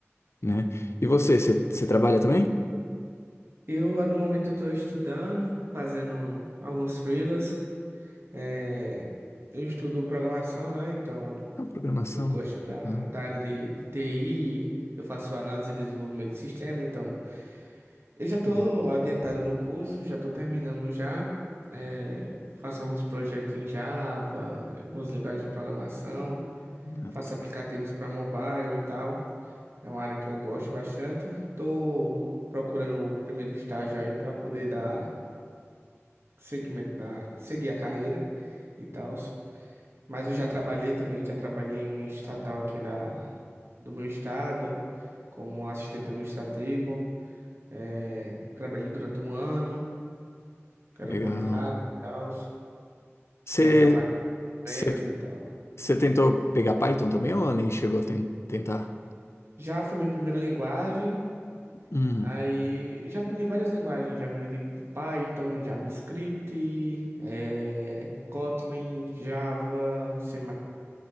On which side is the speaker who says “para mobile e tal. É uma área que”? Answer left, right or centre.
Right